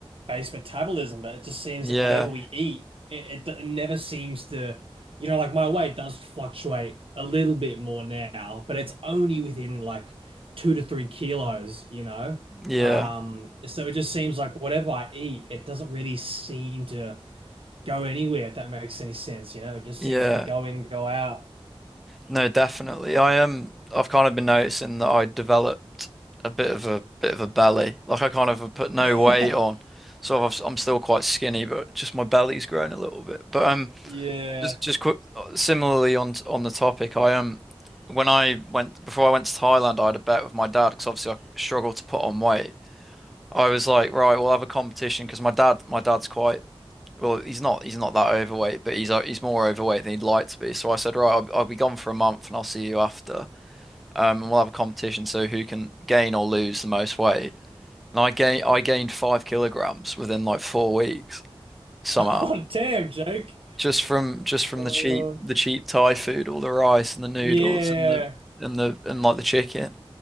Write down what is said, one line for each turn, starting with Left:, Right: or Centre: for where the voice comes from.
Right: base metabolism, but it just seems
Centre: yeah,
Right: that whatever we eat, it, it, it never seems to, you know, like my weight does fluctuate a little bit more now, but it's only within like two to three kilos, you know?
Centre: yeah,
Right: Um, so it just seems like whatever I eat, it doesn't really seem to go anywhere, if that makes any sense. You know, it just
Centre: yeah.
Right: seems to go in, go out.
Centre: No, definitely. I um I've kind of been noticing that I developed a bit of a bit of a belly. Like I kind of have put no
Right: <laughs>
Centre: weight on. So I've, I'm still quite skinny, but just my belly's grown a little bit. But um
Right: Yeah.
Centre: just just
Right: <laughs>
Centre: quick similarly on on the topic, I um when I went before I went to Thailand, I had a bet with my dad because obviously I struggled to put on weight. I was like, right, we'll have a competition because my dad my dad's quite well, he's not he's not that overweight, but he's uh, he's more overweight than he'd like to be. So I said, right, I'll, I'll be gone for a month, and I'll see you after. Um, and we'll have a competition, so who can gain or lose the most weight. And I gained I gained five kilograms within like four weeks somehow,
Right: Oh, damn, Jake.
Centre: just from just from
Right: Uh,
Centre: the cheap the cheap Thai food, all the rice and the noodles
Right: yeah,
Centre: and the and the and like the chicken.